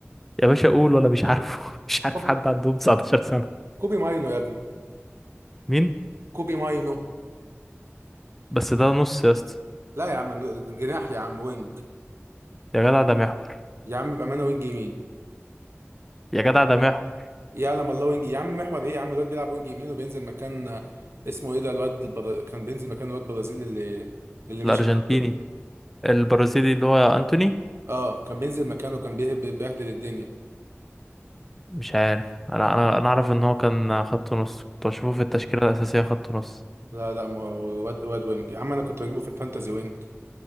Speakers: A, in the centre; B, on the right (about 60°).
A: يا باشا قول ولا مش عارفه <laughs> مش عارف
B: طب
A: حد عندهم 19 سنة
B: كوبي ماينو يا ابني
A: مين
B: كوبي ماينو
A: بس ده نص يا اسطى
B: لا يا عم جناح يا عم وينج
A: يا جدع ده محور
B: يا عم بامانه وينج يمين
A: يا جدع ده محور
B: يعلم الله وينج يا عم محور ايه يا عم الواد بيلعب وينج يمين وبينزل مكان آه، اسمه ايه ده الواد البرا... كان بينزل مكان الواد البرازيلي اللي اللي مشي
A: الأرجنتيني
B: من عنده.
A: البرازيلي اللي هو أنتوني
B: اه كان بينزل مكانه كان بيه- بيبهدل الدنيا
A: مش عارف انا انا انا اعرف ان هو كان خط نص كنت بشوفه في التشكيله الاساسيه خط نص
B: لا لا ما هو واد واد وينج يا عم انا كنت بجيبه في الفانتازي وينج